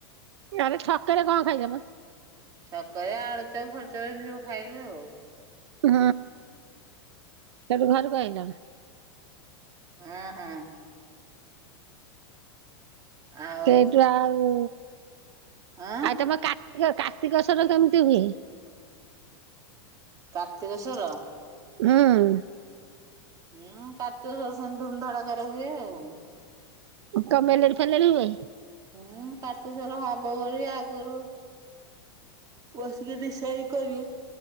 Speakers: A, on the right; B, on the right.
A: ଆଡେ ଛକରେ କଁ ଖାଇଛ?
B: ଛକ ରେ ଆଳୁଚପ ଫାଳୁଚପ ଏମିତି ସବୁ ଖାଇଲୁ ଆଉ।
A: ହୁଁ ସେଠୁ ଘରୁକୁ ଆଇଲ?
B: ହଁ-ହଁ। ଆଉ
A: ସେଇଠୁ ଆଉ
B: ଆଁ
A: ଆ ତମ କା ଏ ଲୋ କାର୍ତ୍ତିକ ସ୍ୱର ସେମିତି ହୁଏ?
B: କାର୍ତ୍ତିକଶ୍ୱର।
A: ଉଁ।
B: ହୁଁ କାର୍ତ୍ତିକସ୍ଵର ସେମିତି ଧୁମଧଡକରେ ହୁଏ ଆଉ।
A: କ ମଲେଡି ଫେଲେଡି ହୁଏ?
B: ହୁଁ କାର୍ତ୍ତିକଶ୍ଵର ଆଗଭଳିଆ ଆଗରୁ ବସିକି ଏଠି ଡିଶାଇଡି କଲି